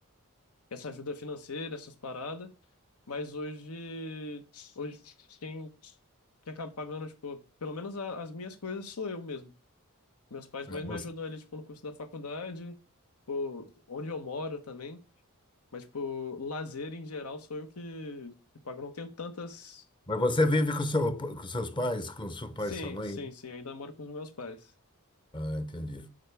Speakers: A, on the left; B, on the left.
A: Essa ajuda financeira, essas paradas. Mas hoje, hoje quem, quem acaba pagando, tipo, pelo menos a- as minhas coisas sou eu mesmo. Meus pais
B: É,
A: mais
B: você-
A: me ajudam ali, tipo, no curso da faculdade, tipo, onde eu moro também. Mas, tipo, lazer em geral sou eu que, que pago. Eu Não tenho tantas.
B: Mas você vive com, seu, com seus pais, com seu pai
A: Sim,
B: e sua mãe?
A: sim, sim, ainda moro com os meus pais.
B: Ah, entendi.